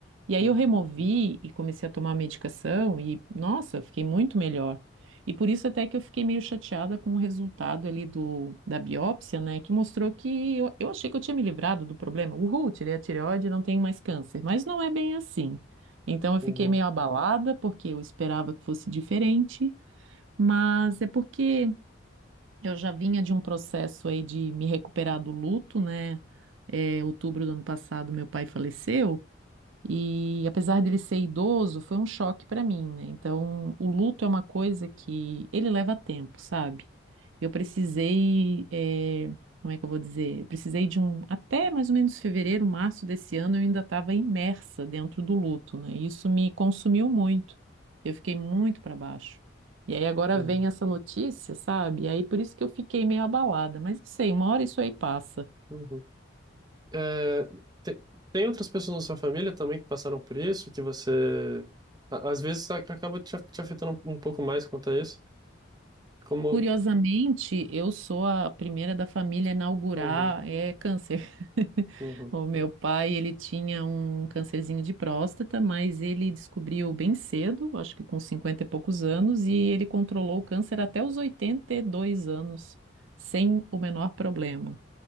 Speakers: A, on the right; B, on the right.
A: E aí
B: Uhum,
A: eu removi e comecei a tomar a medicação e, nossa, fiquei muito melhor. E por isso até que eu fiquei meio chateada com o resultado ali do, da biópsia, né? Que mostrou que eu, eu achei que eu tinha me livrado do problema. Uhul, tirei a tireoide, não tenho mais câncer. Mas não é bem assim. Então eu
B: uhum,
A: fiquei meio abalada porque eu esperava que fosse diferente, mas é porque eu já vinha de um processo aí de me recuperar do luto, né? É, outubro do ano passado meu pai faleceu e apesar dele ser idoso, foi um choque para mim, né? Então, o luto é uma coisa que ele leva tempo, sabe? Eu precisei, eh, como é que eu vou dizer? Eu precisei de um, até mais ou menos fevereiro, março desse ano, eu ainda estava imersa dentro do luto, né? E Isso me consumiu muito. Eu fiquei muito para baixo. E aí agora
B: uhum,
A: vem essa notícia, sabe? E aí por isso que eu fiquei meio abalada, mas não sei, uma hora isso aí passa.
B: uhum. É, te- tem outras pessoas na sua família também que passaram por isso, que você a- às vezes a- acaba te, af- te afetando um um pouco mais quanto a isso. Como
A: Curiosamente, eu sou a primeira da família a inaugurar
B: Uhum,
A: é, câncer. <laughs>
B: uhum,
A: O meu pai, ele tinha um câncerzinho de próstata, mas ele descobriu bem cedo, acho que com 50 e poucos anos, e ele controlou o câncer até os 82 anos, sem o menor problema.